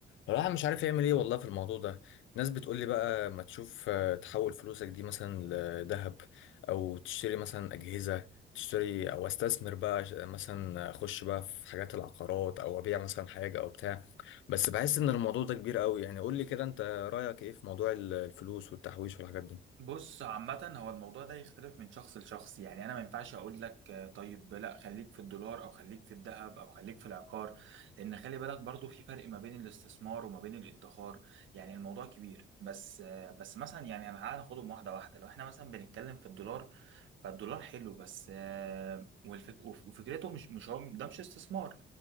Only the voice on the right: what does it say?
بص عامة هو الموضوع ده يختلف من شخص لشخص يعني انا ما ينفعش اقول لك آه، طيب لا خليك في الدولار او خليك في الذهب او خليك في العقار لان خلي بالك برضو في فرق ما بين الاستثمار وما بين الادخار يعني الموضوع كبير بس آه، بس مثلا يعني أنا تعالى ناخدهم واحدة واحدة لو احنا مثلا بنتكلم في الدولار فالدولار حلو بس آه، والفك... وف- وفكرته مش مش هو ده مش استثمار